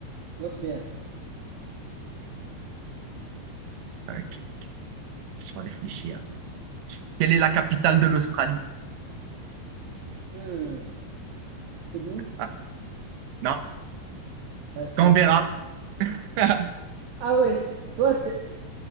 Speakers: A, on the right (about 60°); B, on the right (about 75°).
A: Note bien.
B: Ok, laisse-moi réfléchir. Quelle est la capitale de l'Australie?
A: Hmm. Sydney?
B: Ah, non,
A: Ah, je connais.
B: Canberra. <laughs>
A: Ah ouais, t- toi, t'es-